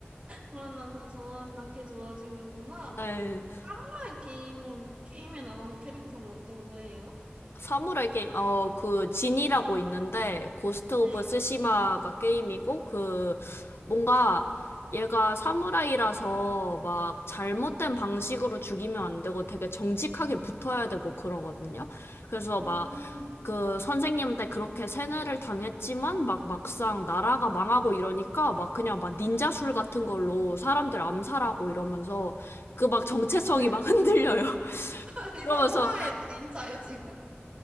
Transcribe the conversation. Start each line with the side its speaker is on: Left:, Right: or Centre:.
Right: 그런 남자 좋아, 남캐 좋아하시는구나.
Left: 네.
Right: 사무라이 게임은, 게임에 나오는 캐릭터는 어떤 거예요?
Left: 사무라이 게임, 어, 그, 진이라고 있는데, 고스트 오브
Right: 네.
Left: 스시마가 게임이고, 그, 뭔가, 얘가 사무라이라서 막 잘못된 방식으로 죽이면 안 되고 되게 정직하게 붙어야 되고 그러거든요. 그래서
Right: 음,
Left: 막 그 선생님한테 그렇게 세뇌를 당했지만 막 막상 나라가 망하고 이러니까 막 그냥 막 닌자술 같은 걸로 사람들 암살하고 이러면서 그 막 정체성이
Right: 네.
Left: 막 흔들려요. <laughs>
Right: 아니,
Left: 그러면서
Right: 사무라이에서 닌자예요, 지금?